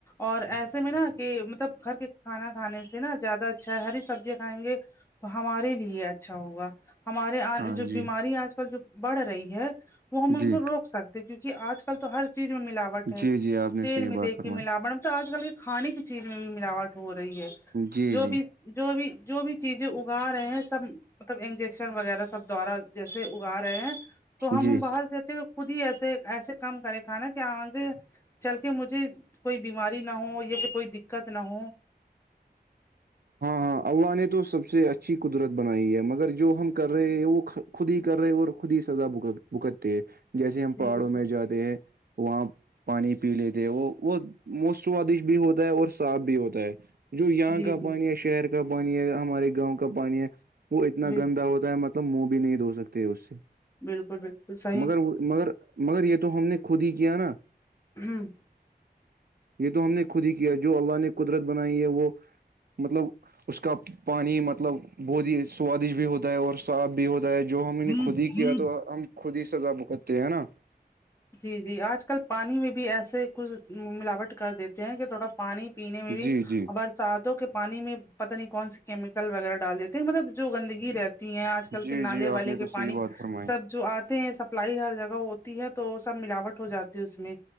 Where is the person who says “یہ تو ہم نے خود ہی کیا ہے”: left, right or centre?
Right